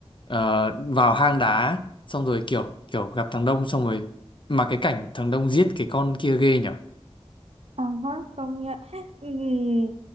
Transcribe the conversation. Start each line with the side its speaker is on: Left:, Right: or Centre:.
Left: ờ, vào hang đá xong rồi kiểu kiểu gặp thằng Đông xong rồi mà cái cảnh thằng Đông giết cái con kia ghê nhở
Right: À, hả, công nhận. Ừm,